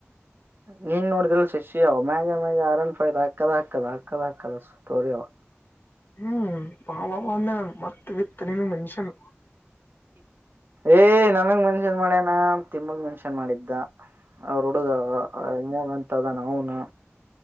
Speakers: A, on the right (about 50°); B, on the left (about 50°).
A: ನೀನ್ ನೋಡಿದ್ರಲ್ಲಿ ಶಶಿ ಅವ ಮ್ಯಾಗ ಮ್ಯಾಗ ಆರನ್ಯದ ಹಾಕ್ಕದ ಹಾಕದ ಹಾಕದ ಹಾಕದ ಸ್ಟೋರಿ ಅವ
B: ಹ್ಮ್ ಬಾಬ ಅಂದೆ ನನ್ ಮತ್ತತ್ ವಿತ್ತ ನಿನ್ ನೆನ್ಷನ್
A: ಏ ನನ್ನ್ ಮನ್ಷ ಏನ್ ಮಾಡ್ಯನಾ ತಿಮ್ಮಗ್ ಮೆನ್ಷನ್ ಮಾಡಿದ್ದ ಅವ್ರ ಅ ಅ ಅನ್ಮೊಗ್ ಅಂತ್ ಅದಾನ್ ಹೂಂ ನಾ